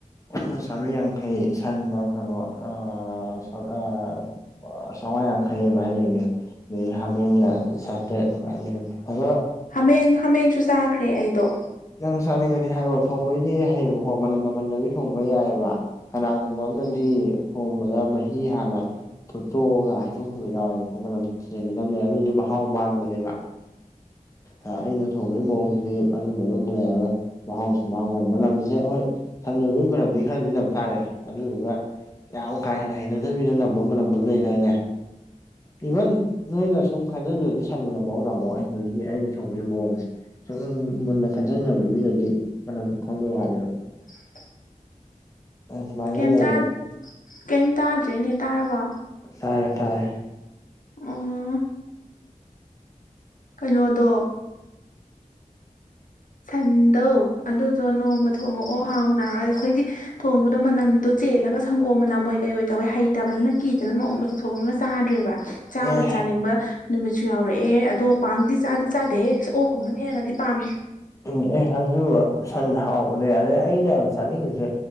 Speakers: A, on the left; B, on the left.
A: ꯑꯣꯛꯅ ꯆꯥꯝꯃꯔꯤ ꯌꯥꯈꯩ ꯁꯥꯟꯅ ꯀꯩꯅ ꯑꯥ ꯑꯥ ꯆꯉꯥ ꯌꯥꯈꯩ ꯃꯥꯥꯏ ꯂꯩꯅꯦ ꯑꯗꯗꯒꯤ ꯍꯥꯃꯦꯡꯅ ꯁꯥꯇ꯭ꯔꯦꯠ ꯑꯗꯨꯝ ꯍꯥꯏꯅꯕꯅ ꯦ ꯈꯔꯣ
B: ꯍꯥꯃꯦꯡ ꯍꯥꯃꯦꯡꯁꯨ ꯆꯥꯈ꯭ꯔꯦ ꯑꯩꯗꯣ
A: ꯆꯪ ꯆꯥꯅꯤꯡꯉꯗꯤ ꯍꯥꯏꯔꯛꯑꯣ ꯊꯣꯡꯕꯩꯗꯤ ꯍꯩꯌꯦꯕꯀꯣ ꯃꯅꯝ ꯃꯃꯟꯗꯕꯤ ꯊꯣꯡꯕ ꯌꯥꯏꯑꯕ ꯀꯅꯥꯒꯨꯝꯕ ꯑꯃꯝꯅꯗꯤ
B: ꯎꯝ
A: ꯊꯣꯡꯕꯗ ꯃꯍꯤ ꯍꯥꯟꯅ ꯐꯣꯠꯇꯣꯛꯑꯒ ꯍꯥꯏꯗꯣꯛꯈꯤꯕ ꯌꯥꯎꯋꯦꯕ ꯈꯣꯠꯄꯅ ꯆꯦꯟꯟꯅ ꯂꯝꯅꯦ ꯑꯗꯨꯗꯤ ꯃꯍꯥꯎ ꯃꯥꯡꯕꯅꯦꯕ ꯑ ꯑꯩꯅ ꯊꯣꯡꯕꯒꯤ ꯃꯑꯣꯡꯁꯤꯗꯤ ꯑꯗꯨꯝꯕꯗꯨ ꯑꯃꯨꯛ ꯂꯩ ꯌꯥꯔꯔꯣꯏ ꯃꯍꯥꯎꯁꯨ ꯃꯥꯡꯉꯣꯏ ꯃꯅꯁꯦ ꯍꯣꯏ ꯁꯝꯖꯅꯕꯒꯤ ꯃꯔꯝꯗꯤ ꯈꯔꯗꯤ ꯂꯝ ꯇꯥꯔꯦ ꯑꯗꯨꯗꯨꯒ ꯌꯥꯝ ꯀꯥ ꯍꯦꯟꯅ ꯍꯩꯅꯗꯕꯤꯗ ꯅꯝꯕ ꯃꯅꯝ ꯑꯃ ꯂꯩꯗ ꯍꯥꯏꯅꯦ ꯏꯚꯟ ꯅꯣꯏꯅ ꯁꯨꯝ ꯈꯟꯖꯤꯟꯗꯗꯤ ꯁꯟꯕꯅ ꯃꯑꯣꯡ ꯉꯝꯃꯧ ꯑꯩ ꯍꯧꯖꯤꯛꯀꯤ ꯑꯩꯅ ꯊꯣꯡꯕꯒꯤ ꯃꯑꯣꯡꯁꯦ ꯁꯨꯝ ꯃꯨꯟꯅ ꯈꯟꯖꯟꯖꯕ ꯃꯤꯗꯨꯗꯤ ꯃꯅꯝ ꯈꯪꯕꯩ ꯋꯥꯂꯦꯕ
B: <unintelligible>
A: ꯑꯗꯨꯃꯥꯏꯅ
B: ꯀꯩ
A: ꯂꯩꯔꯦ
B: ꯀꯩꯝ ꯇꯥꯗ꯭ꯔꯦꯅꯦ ꯇꯥꯔꯕꯣ
A: ꯇꯥꯔꯦ ꯇꯥꯏꯔꯦ
B: ꯑꯣ ꯀꯩꯅꯣꯗꯣ ꯁꯟꯗꯧ ꯑꯗꯨꯗꯣ ꯅꯣꯡꯃ ꯊꯣꯡꯉꯛꯑꯣ ꯍꯥꯎꯅ ꯑꯩꯈꯣꯏꯒꯤ ꯊꯣꯡꯕꯗꯣ ꯃꯅꯝꯗꯣ ꯆꯦꯜꯂꯒ ꯁꯪꯒꯣꯝ ꯃꯅꯝ ꯑꯣꯏꯣꯏ ꯀꯩ ꯑꯣꯏ ꯇꯧꯋꯦ ꯍꯩꯇꯕꯅꯤꯅ ꯀꯤꯗꯅ ꯅꯣꯡꯃꯗ ꯊꯣꯡꯉꯒ ꯆꯥꯗ꯭ꯔꯦꯕ ꯆꯥꯕꯨꯗꯤ
A: ꯑꯦ
B: ꯆꯥꯅꯤꯡꯕ ꯅꯨꯃꯤꯠꯁꯨ ꯌꯥꯎꯔꯛꯑꯦ ꯑꯗꯣ ꯄꯥꯡꯗꯤ ꯆꯥꯗꯤ ꯆꯥꯗꯦꯍꯦ ꯑꯣꯒꯨꯝꯕꯅ ꯍꯦꯟꯅꯗꯤ ꯄꯥꯝꯃꯦ
A: ꯎꯝ ꯑꯦ ꯑꯗꯨ ꯁꯟ ꯍꯥꯎꯕꯅꯦ ꯑꯗꯩ ꯑꯩꯅ ꯌꯥꯝ ꯆꯥꯅꯤꯡꯉꯤꯁꯦ